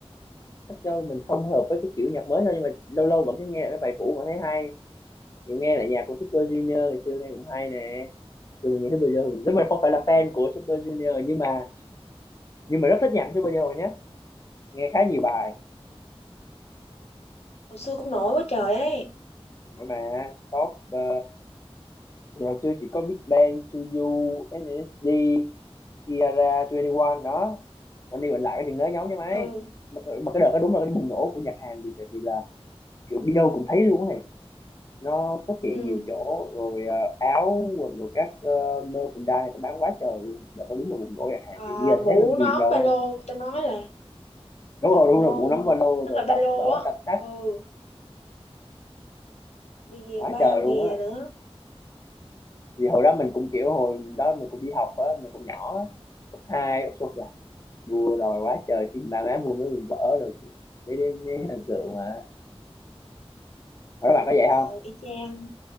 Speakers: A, on the left; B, on the left.
A: chắc do mình không hợp với cái kiểu nhạc mới thôi nhưng mà lâu lâu vẫn cứ nghe lại cái bài cũ mà thấy hay mình nghe lại nhạc của Super Junior ngày xưa nghe cũng hay nè dù mình nghe Super Junior nếu mình không phải
B: ừ.
A: là fan của Super Junior nhưng mà nhưng mà rất thích nhạc của Super Junior nhé nghe khá nhiều bài
B: hồi xưa cũng nổi quá trời ấy
A: mà top ờ, thì hồi xưa chỉ có Big Bang, Suzu, SNSD Kiara 21 đó còn đi mình lại cái chuyện đó giống như mấy
B: ừ
A: mà, mà cái đợt đó đúng là cái bùng nổ của Nhật Hàn thì tại vì là kiểu đi đâu cũng thấy luôn này nó xuất hiện
B: ừ
A: nhiều chỗ rồi ờ, áo quần rồi các uh, merchandise này tao bán quá trời luôn đợt đó đúng là bùng nổ Nhật Hàn thì
B: Ờ,
A: bây giờ thì
B: mũ
A: thấy hơi chìm
B: nón
A: rồi
B: ba lô người ta nói là
A: đúng rồi
B: trùm
A: đúng
B: luôn
A: rồi bộ nắm ba lô
B: nhất
A: rồi
B: là ba
A: tập
B: lô
A: vở
B: á
A: tập tách
B: ừ bìa
A: quá
B: bao
A: trời
B: bìa
A: luôn á
B: nữa
A: thì hồi đó mình cũng kiểu hồi đó mình cũng đi học á mình cũng nhỏ á cấp hai cấp số dạ đua đòi quá trời xin ba má mua mấy vở rồi mấy mấy hình tượng mà Các bạn có vậy
B: ờ
A: không?
B: y chang